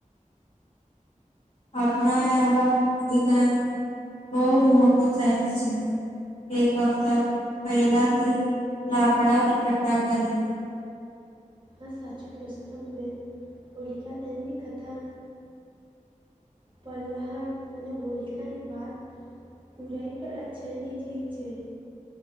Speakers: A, on the left; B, on the right.
A: હમણાં હ હોલી દહન બહુ મોટું થાય છે. એક હફતા પહેલાથી લાકડા ઈકઠ્ઠા કરી...
B: હા સાચું કેહશો તમે બેન હોલીકા દહન ની કથા... પ્રહલાદ અને હોલિકાની વાત. બુરાઈ પર અછાઈ ની જીત છે.